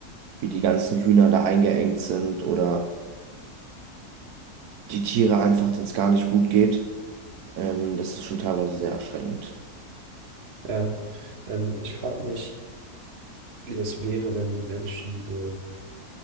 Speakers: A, on the right (about 80°); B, on the right (about 45°).
A: wie die ganzen Hühner da eingeengt sind oder die Tiere einfach, denen es gar nicht gut geht. Ähm, das ist schon teilweise sehr erschreckend.
B: Ja, ähm, ich frage mich, wie das wäre, wenn die Menschen so